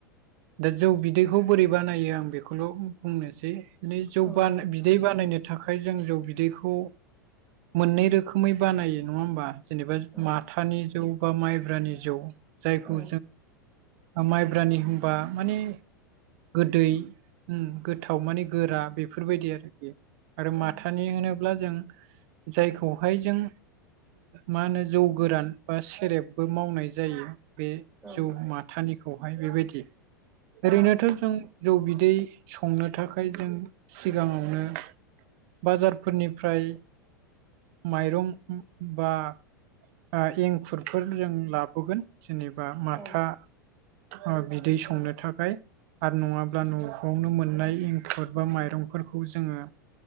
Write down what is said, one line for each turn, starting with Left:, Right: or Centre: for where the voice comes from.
Right: दा जौ बिदैखौ बोरै बानायो आं बेखौल' बुंनोसै बि जौ
Centre: औ
Right: बानाय बिदै बानायनो थाखाय जों जौ बिदैखौ मोननै रोखोमै बानायो नङा होमबा? जेनेबा
Centre: औ
Right: माथानि जौ बा माइब्रानि जौ जायखौ
Centre: औ
Right: माइब्रानि होनबा माने गोदै ओम गोथाव माने गोरा बेफोरबायदि आरोखि आरो माथानि
Centre: औ
Right: होनोब्ला जों जायखौहाय जों मा होनो जौ गोरान बा सेरेबबो मावनाय जायो बे
Centre: औ
Right: जौ माथानिखौहाय बेबायदि ओरैनोथ' जों जौ बिदै संनो थाखाय जों सिगाङावनो बाजारफोरनिफ्राय माइरं बा ओ एंखुर फोर जों लाबोगोन जेनेबा माथा
Centre: औ
Right: ओ बिदै संनो थाखाय आरो नङाब्ला न'आवनो मोननाय एंखुर बा माइरंफोरखौ जोङो